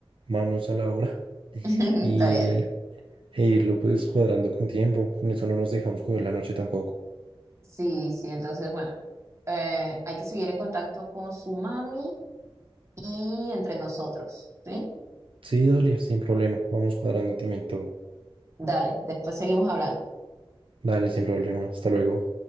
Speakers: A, on the right (about 65°); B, on the right (about 30°).
A: manos a la obra
B: <laughs>
A: <laughs> y,
B: Está bien.
A: e irlo pues cuadrando con tiempo. Con eso no nos dejamos coger la noche tampoco.
B: Sí, sí, entonces, bueno, eh, hay que seguir en contacto con su mami y entre nosotros, ¿sí?
A: Sí, dale, sin problema. Vamos cuadrando también todo.
B: Dale, después seguimos hablando.
A: Dale, sin problema. Hasta luego.